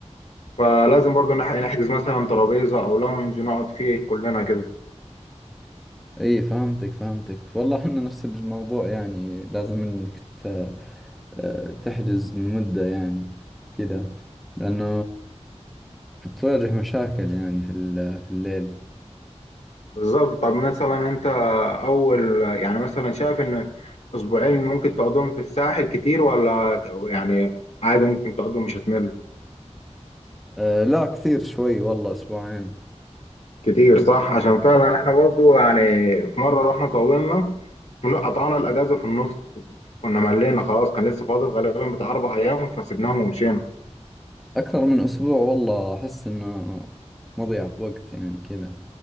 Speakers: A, on the left; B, in the centre.
A: فلازم برضو نح- نحجز مثلا ترابيزة أو لاونج نقعد فيه كلنا كده
B: اي فهمتك فهمتك والله احنا نفس الموضوع يعني لازم انك ت- آه، تحجز من مده يعني كذا لانه بتواجه مشاكل يعني في ال- في الليل
A: بالظبط طب مثلا أنت أول يعني مثلا شايف إن أسبوعين ممكن تقعدهم في الساحل كتير ولا يعني عادي ممكن تقعدهم مش هتمل
B: آه لا كثير شوي والله أسبوعين
A: كتير صح عشان فعلا إحنا برضو يعني في مرة رحنا طولنا من- قطعنا الأجازة في النص كنا ملينا خلاص كان لسه فاضل غالبا بتاع أربع أيام فسيبناهم ومشينا
B: أكثر من أسبوع والله أحس إنه مضيعة وقت يعني كذا